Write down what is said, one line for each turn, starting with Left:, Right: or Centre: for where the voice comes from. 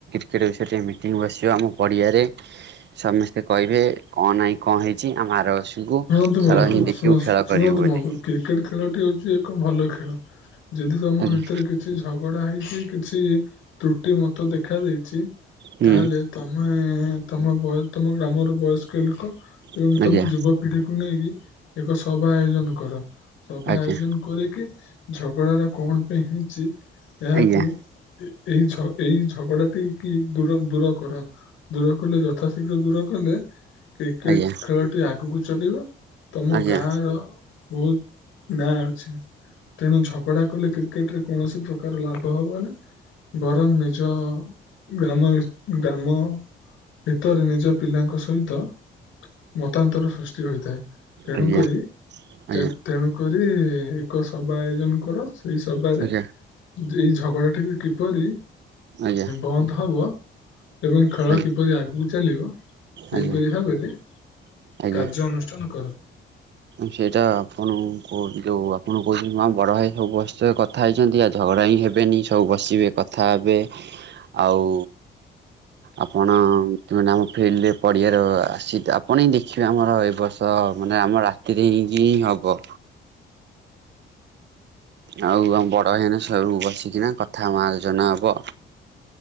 Right: ସେଟ ସେଠି ମିଟିଂ ବସିବ ଆମ ପଡ଼ିଆରେ, ସମସ୍ତେ କହିବେ କଣ ନାହିଁ କଣ ହେଇଛି ଆମ ଆର ବର୍ଷକୁ
Left: ଶୁଣନ୍ତୁ ବନ୍ଧୁ
Right: ଖେଳ ହିଁ ଦେଖିବୁ
Left: ଶ
Right: ଖେଳ
Left: ଶୁଣନ୍ତୁ
Right: କରିବୁ ବୋଲି
Left: ବନ୍ଧୁ କ୍ରିକେଟ ଖେଳ ଟି ହଉଛି ଏ ଏକ ଭଲ ଖେଳ ଯଦି ତମ
Right: ଆଜ୍ଞା
Left: ଭିତରେ କିଛି ଝଗଡା ହେଇଛି କିଛି ତ୍ରୁଟି ମତ ଦେଖା ଦେଇଛି
Right: ହୁଁ
Left: ତାହେଲେ ତମେ ତମ ତମ ଗ୍ରାମର ବୟସ୍କ ଲୋକ ଏବଂ
Right: ଆଜ୍ଞା
Left: ତମ ଯୁବପିଢିକୁ ନେଇକି ଏକ ସଭା ଆୟୋଜନ କର ସଭା
Right: ଆଜ୍ଞା
Left: ଆୟୋଜନ କରିକି ଝଗଡା ଟା କଣ ପାଇଁ ହେଇଛି ଏହାକୁ
Right: ଆଜ୍ଞା
Left: ଏଇ ଏଇ ଝଗଡାଟି କି ଦୂର ଦୂର କରାଅ ଦୂର କଲେ ଯଥାଶୀଘ୍ର ଦୂର କଲେ କ୍ରିକେଟ
Right: ଆଜ୍ଞା
Left: ଖେଳ ଟି ଆଗକୁ ଚଳିବ ତମ
Right: ଆଜ୍ଞା
Left: ଗାଁ
Right: ଆଜ୍ଞା
Left: ର ବହୁତ ନାଁ ଅଛି ତେଣୁ ଝଗଡା କଲେ କ୍ରିକେଟ ରେ କୌଣସି ପ୍ରକାର ଲାଭ ହବ ନା ବରଂ ନିଜ ଗ୍ରାମ ଗ୍ରାମ ଭିତରେ ନିଜ ପିଲାଙ୍କ ସହିତ ମତାନ୍ତର ସୃଷ୍ଟି ହୋଇଥାଏ ତେଣୁ
Right: ଆଜ୍ଞା
Left: କରି
Right: ଆଜ୍ଞା
Left: ତେଣୁକରି ଏକ ସଭା ଆୟୋଜନ କର ସେଇସବାରେ
Right: ଆଜ୍ଞା
Left: ଏଇ ଝଗଡ଼ାଟିକୁ କିପରି
Right: ଆଜ୍ଞା ଆଜ୍ଞା
Left: ବନ୍ଦ ହେବ ଏବଂ ଖେଳ
Right: ଆଜ୍ଞା
Left: କିପରି ଆଗକୁ ଚାଲିବ ସେଇପରି
Right: ଆଜ୍ଞା
Left: ଭାବରେ
Right: ଆଜ୍ଞା
Left: କାର୍ଯ୍ୟ ଅନୁଷ୍ଠାନ କର।
Right: ସେଇଟା ଆପଣଙ୍କୁ କ ଯୋଉ ଆପଣ କହୁଛନ୍ତି, ମା ବଡ ଭାଇ ସବୁ ବସି କଥା ହେଇଛନ୍ତି ଝଗଡା ଭାଇ ହେବେନି ସବୁ ବସିବେ କଥା ହେବେ ଆଉ ଆପଣ ମାନେ ଆମ ଫିଲ୍ଡରେ ପଢିଆର ଆସି, ଆପଣ ହିଁ ଦେଖିବେ ଆମର ଏ ବର୍ଷ ମାନେ ଆମ ରାତିରେ ହେଇକି ହି ହବ ଆଉ ଆମ ବଡ ଭାଇନା ସବୁ ବସିକିନା କଥା ଆମ ଆଲୋଚନା ହବ